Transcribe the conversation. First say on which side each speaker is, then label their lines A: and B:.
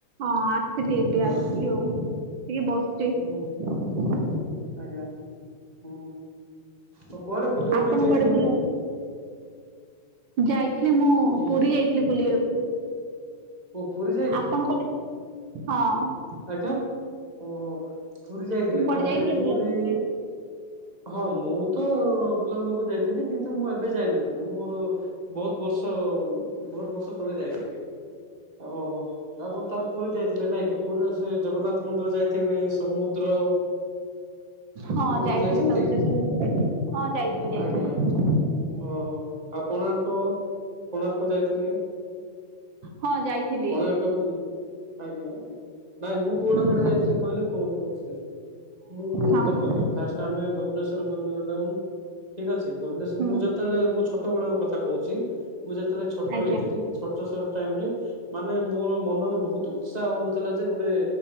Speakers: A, on the right; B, on the right.
A: ହଁ ଆସିଲି ଏବେ
B: ଓହୋ
A: ଆସିଲି ଆଉ ଟିକେ ବସିଚି।
B: ହୁଁ ଆଜ୍ଞା ହୁଁ ତ କୁଆଡେ ବୁଲିବା
A: ଆପଣ
B: ପାଇଁ ଯାଇଥିଲ
A: କୁଆଡେ ବୁଲିବାକୁ
B: ମାଡ଼ାମ୍?
A: ଯାଇଥିଲି ମୁଁ
B: ହୁଁ।
A: ପୁରୀ ଯାଇଥିଲି ବୁଲିବାକୁ।
B: ଓ ପୁରୀ ଯାଇଥିଲେ?
A: ଆପଣ କେ ହଁ।
B: ହାଇଟା ଓହୋ ପୁରୀ ଯାଇଥିଲେ
A: ତମେ କୁଆଡେ
B: ତାହେଲେ
A: ଯାଇଥିଲେ
B: ପୁରୀ
A: ବୁଲାବୁଲି ପାଇଁ?
B: ହଁ ମୁଁ ତ ବୁଲାବୁଲିକୁ ଯାଇଥିଲି କିନ୍ତୁ ମୁଁ ଏବେ ଯାଇନଥିଲି ମୋର ବହୁତ ବର୍ଷ ବହୁତ ବର୍ଷ ତଳେ ଯାଇ ଥିଲି। ଓହୋ ଆପଣ ତାହେଲେ ପୁରୀ ଯାଇଥିଲେ ନାଇଁ କି? ପୁରୀ ରେ ସେ ଜଗନ୍ନାଥ ମନ୍ଦିର ଯାଇଥିବେ ସମୁଦ୍ର।
A: ହଁ
B: ଏପଟେ
A: ଯାଇଥିଲି
B: ଯାଇଛନ୍ତି
A: ସବୁ ସେସଵୁ ହଁ ଯାଇଥିଲି
B: ଆଜ୍ଞା
A: ଯାଇଥିଲି।
B: ଆଜ୍ଞା ଓହୋ ଆଉ କୋଣାର୍କ କୋଣାର୍କ ଯାଇଥିଲେ?
A: ହଁ ଯାଇଥିଲି
B: କୋଣାର୍କ କ କୁ ଆଜ୍ଞା ଆଜ୍ଞା। ନାଇଁ ମୁଁ କୁଆଡେ
A: ହୁଁ
B: କୁଆଡେ ଯାଇଥିଲି କହିଲେ କ କହୁଛି ମୁଁ
A: ହଁ
B: ଦେଖନ୍ତୁ
A: କୁହନ୍ତୁ
B: ଫାଟେ୍ ଆମେ ଭୁବନେଶ୍ୱର ଗଲୁ ହେଟୁ ଠିକ୍ ଅଛି ଭୁବନେଶ୍ଵ
A: ହୁଁ
B: ମୁଁ ଯେତେବେଳେ ମୋ ଛୋଟ ବେଳର କଥା କହୁଛି ମୁଁ ଯେତେବେଳେ ଛୋଟ
A: ଆଜ୍ଞା
B: ହେଇଥିଲି ଛୋଟ ଟାଇମି ରେ ମାନେ ମୋର ମନର ବହୁତ ଉତ୍ସାହ ହଉଥିଲା ଯେ ଗୋଟେ